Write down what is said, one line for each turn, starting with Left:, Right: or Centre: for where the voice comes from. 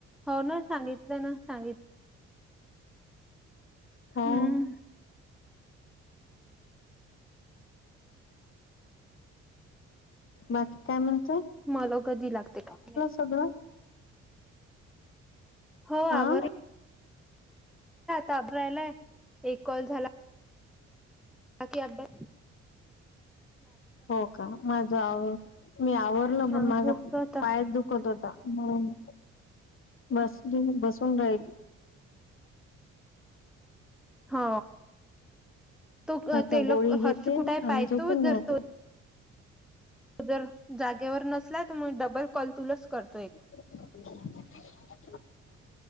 Centre: हो ना सांगितलं ना सांगित
Left: होा
Centre: हम्म
Left: बाकी काय म्हणतोय
Centre: मला कधी लागते का नाही
Left: कग
Centre: हो
Left: हा
Centre: आवर. तबरायलाय एक कॉल झाला. बाकी अड.
Left: हो का माझ आ मी आवरल पण
Centre: आणि
Left: माझा
Centre: झोपतो आता.
Left: पाया दुख. त होताणून बसली बसून राहिली.
Centre: हो तो
Left: आता
Centre: तेला
Left: गोळी
Centre: हर्ष
Left: घेते
Centre: कुठे
Left: आणि
Centre: पाहतो
Left: झोपून
Centre: जर
Left: राहते.
Centre: तो त जर जागेवर नसला तर मग डबल कॉल तुलाच करतो एक
Left: कांहीं तरी आवाज